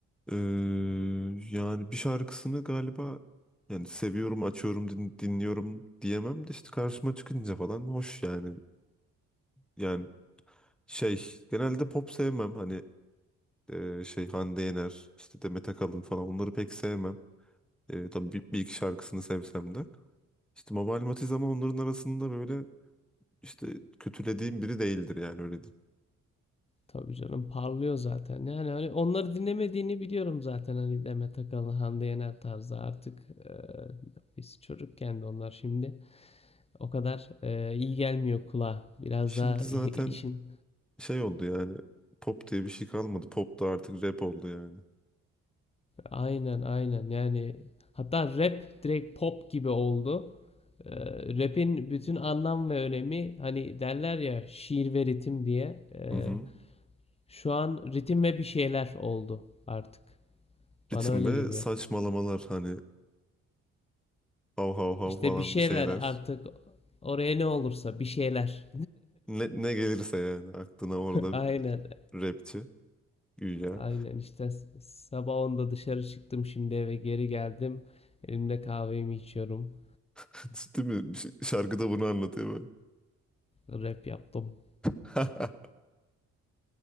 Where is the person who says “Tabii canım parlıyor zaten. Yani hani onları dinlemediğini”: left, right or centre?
Left